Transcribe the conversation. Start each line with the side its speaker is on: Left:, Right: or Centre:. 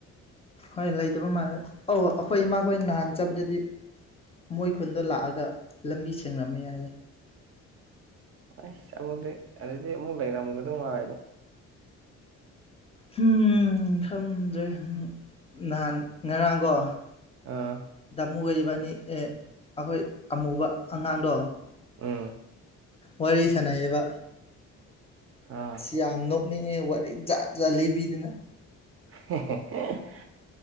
Left: ꯍꯣꯏ ꯂꯩꯇꯕ ꯃꯥꯜꯂꯦ ꯑꯧ ꯑꯩꯈꯣꯏ ꯏꯃꯥꯈꯣꯏ ꯅꯍꯥꯟ ꯆꯠꯕꯗꯗꯤ ꯃꯣꯏ ꯈꯨꯟꯗ ꯂꯥꯛꯑꯒ ꯂꯝꯕꯤ ꯁꯦꯡꯂꯝꯃꯦ ꯍꯥꯏ
Right: ꯑꯁ ꯑꯃꯨꯗꯤ ꯑꯗꯨꯗꯤ ꯑꯃꯨꯛ ꯂꯩꯔꯝꯒꯗꯧ ꯃꯥꯗ
Left: ꯎꯝ ꯈꯪꯗ꯭ꯔꯦ ꯅꯍꯥꯟ ꯉꯔꯥꯡꯀꯣ
Right: ꯑꯥ
Left: ꯗꯃꯨꯒ ꯑꯅꯤꯖꯦ ꯑꯩꯈꯣꯏ ꯑꯃꯨꯕ ꯑꯉꯥꯡꯗꯣ
Right: ꯎꯝ
Left: ꯋꯥꯔꯤ ꯁꯥꯟꯅꯩꯌꯦꯕ
Right: ꯑꯥ
Left: ꯌꯥꯝ ꯅꯣꯛꯅꯤꯡꯉꯦ ꯋꯥꯔꯤ ꯖꯥꯠ ꯖꯥꯠ ꯂꯤꯕꯤꯗꯅ
Right: <unintelligible>